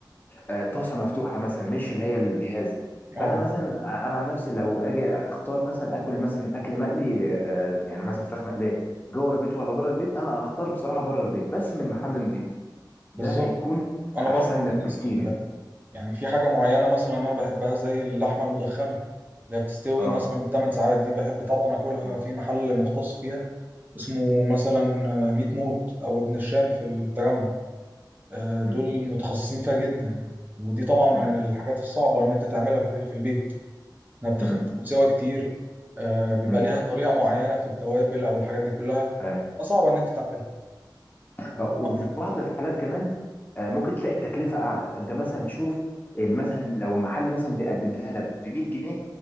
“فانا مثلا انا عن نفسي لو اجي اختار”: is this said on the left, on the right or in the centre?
Left